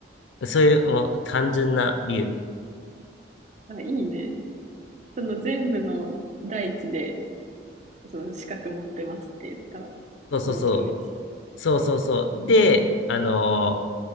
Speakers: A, on the left; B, on the right.
A: そういう、もう単純な理由。
B: あ、いいね。その全部の大地で、その資格持ってますって言ったら面白いし。
A: そうそうそう。そうそうそう。で、あのー